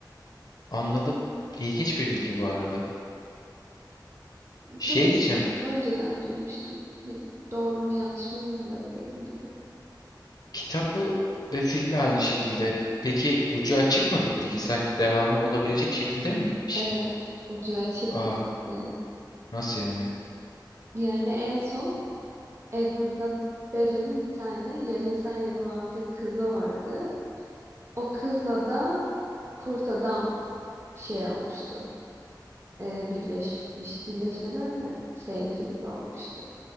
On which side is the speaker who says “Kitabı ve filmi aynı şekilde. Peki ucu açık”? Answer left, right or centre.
Left